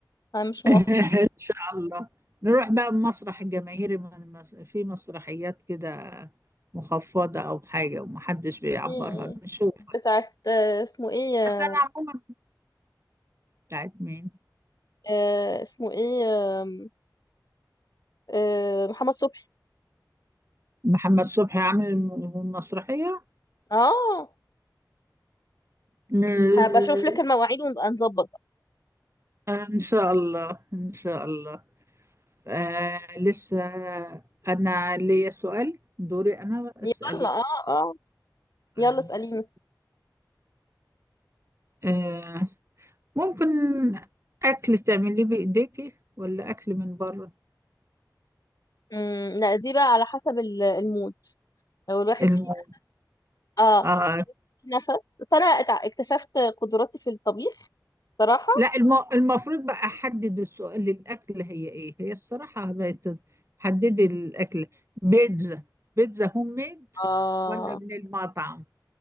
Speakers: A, on the left; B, on the right.
A: انا مش
B: <laughs>
A: موافقة
B: إن شاء الله نروح بقى المسرح الجماهيري من المس- في مسرحيات كده مخفضة أو حاجة ومحدش بيعبرها
A: في
B: نشوف
A: بتاعت آه، اسمه ايه آه،
B: بس أنا عموما بتاعت مين
A: آه، اسمه ايه آم، آه، محمد صبحي
B: محمد صبحي عامل م- مسرحية
A: اه
B: م-
A: هبقى اشوف لك المواعيد ونبقى نظبط بقى
B: آه، إن شاء الله إن شاء الله آه لسه أنا ليا سؤال دوري أنا
A: يلا
B: أسألك
A: اه اه يلا
B: آه
A: اسأليني
B: س- آه، ممكن أكل تعمليه بإيديكي ولا أكل من بره
A: أمم، لا دي بقى على حسب ال- المود لو الواحد
B: الم...
A: فيه اه
B: آه
A: في نفس بس انا اتع- اكتشفت قدراتي في الطبيخ صراحة
B: لا الم... المفروض بقى أحدد السؤال للأكل هي إيه هي الصراحة بقت- حددي الأكل بيتزا بيتزا هوم ميد
A: اه
B: ولا من المطعم